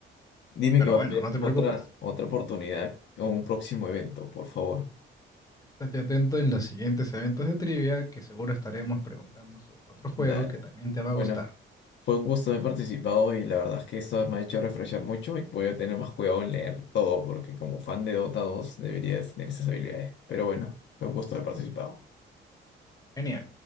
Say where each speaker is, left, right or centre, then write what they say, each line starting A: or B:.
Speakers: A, on the left (about 65°); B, on the left (about 15°).
A: Dime
B: Pero
A: que va
B: bueno,
A: a haber
B: no te
A: otra,
B: preocupes.
A: otra oportunidad o un próximo evento, por favor.
B: Estate atento en los siguientes eventos de trivia que seguro estaremos preguntando sobre otro juego
A: Dale.
B: que también te va
A: Bueno,
B: a gustar.
A: fue un gusto haber participado y la verdad es que esto me ha hecho refrescar mucho y voy a tener más cuidado en leer todo porque como fan de Dota dos deberías tener esas habilidades. Pero bueno, fue un gusto haber participado.
B: Genial.